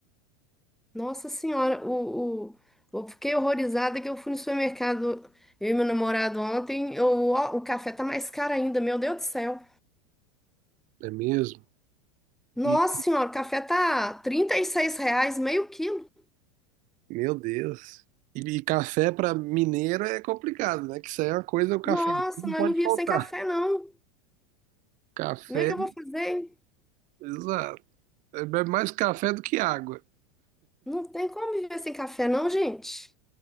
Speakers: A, in the centre; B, on the right.
A: Nossa Senhora, o, o, eu fiquei horrorizada que eu fui no supermercado, eu e meu namorado ontem, eu, ó, o café tá mais caro ainda, meu Deus do céu.
B: É mesmo?
A: Nossa
B: E,
A: Senhora, o café tá 36 reais meio quilo.
B: meu Deus. E, e café para mineiro é complicado, né? Que isso aí é uma coisa, o café
A: Nossa,
B: não
A: nós
B: pode
A: não vivemos
B: faltar.
A: sem café, não.
B: Café,
A: Como é que eu vou fazer? hein?
B: exato. É bebe mais café do que água.
A: Não tem como viver sem café, não, gente.